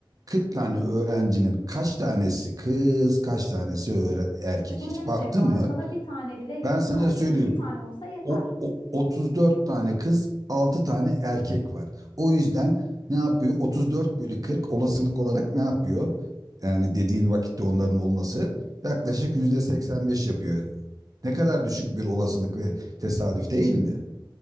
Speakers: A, on the right; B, on the left.
A: 40 tane öğrencinin kaç tanesi kız, kaç tanesi öğre- erkek?
B: Bunun
A: Hiç
B: ne
A: baktın
B: önemi var?
A: mı?
B: Sana bir tane bile yeter
A: Ben sana
B: yani.
A: söyleyeyim.
B: Bir tane olsa yeter.
A: O, o- 34 tane kız, 6 tane erkek var. O yüzden ne yapıyor? 34 bölü 40 olasılık olarak ne yapıyor? Yani dediğin vakitte onların olması yaklaşık yüzde 85 yapıyor. Ne kadar düşük bir olasılık ve tesadüf değil mi?